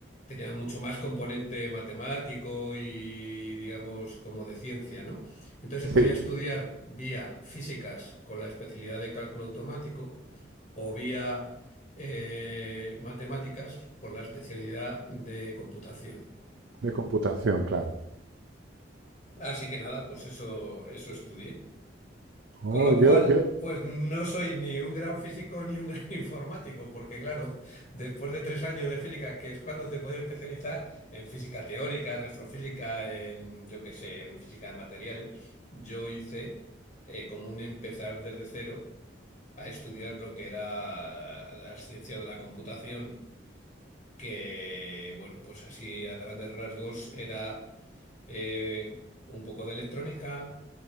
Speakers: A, on the left (about 35°); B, on the right (about 80°).
A: Tenía mucho más componente matemático y, digamos, como de ciencia, ¿no? Entonces se
B: sí,
A: podía estudiar vía físicas con la especialidad de cálculo automático o vía eh, matemáticas por la especialidad de computación.
B: de computación, claro.
A: Así que nada, pues eso, eso estudié.
B: Oh,
A: Con lo
B: yo,
A: cual,
B: yo,
A: pues no soy ni un gran físico ni un gran <laughs> informático, porque claro, después de tres años de física, que es cuando te puedes especializar en física teórica, en astrofísica, en yo qué sé, en física de materiales, yo hice eh, como un empezar desde cero a estudiar lo que era las ciencias de la computación que, bueno, pues así a grandes rasgos era eh, un poco de electrónica